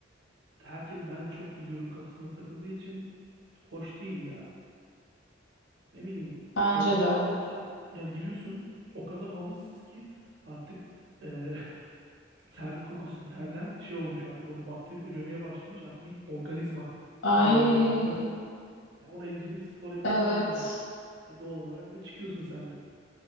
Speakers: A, on the right (about 65°); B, on the left (about 85°).
A: herkes ben çok biliyorum kafasına takıldığı için hoş değil ya. Ne bileyim
B: Bence
A: havalandırması
B: de.
A: mesela ya giriyorsun o kadar havasız ki artık e, <laughs> ter kokusun terden şey olmuş artık orada bakteri üremeye başlamış artık bir organizma
B: Ay,
A: haline gelmiş orası. <laughs> Yani oraya girip spor yapasın
B: evet.
A: gelmiyor. E, doğal olarak da çıkıyorsun sen de.